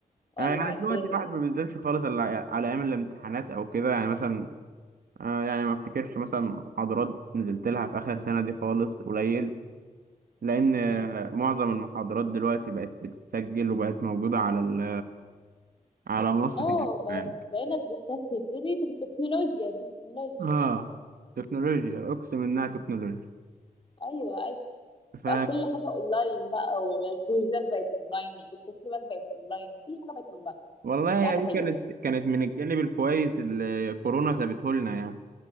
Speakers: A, on the left; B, on the right.
A: ولع
B: آه، يعني
A: الدنيا
B: دلوقتي الواحد ما بينزلش خالص الا على ايام الامتحانات او كده يعني مثلا آه، يعني ما افتكرش مثلا محاضرات نزلت لها في اخر سنه دي خالص قليل لان آه،
A: امم
B: معظم المحاضرات دلوقتي بقت بتتسجل وبقت موجوده على ال- على منصه
A: اه
B: الجامعه
A: ب-
B: يعني
A: بقينا بنستسهل دي تك- تكنولوجيا دي تكنولوجيا
B: اه تكنولوجيا اقسم انها تكنولوجيا
A: ايوه ايوه
B: ف
A: بقى كل حاجه اونلاين بقى والكويزات بقت اونلاين والتسليمات بقت اونلاين وكل حاجه بقت اونلاين
B: والله يعني
A: دي حاجه حلوه
B: دي كانت كانت من الجانب الكويس اللي كورونا سابته لنا يعني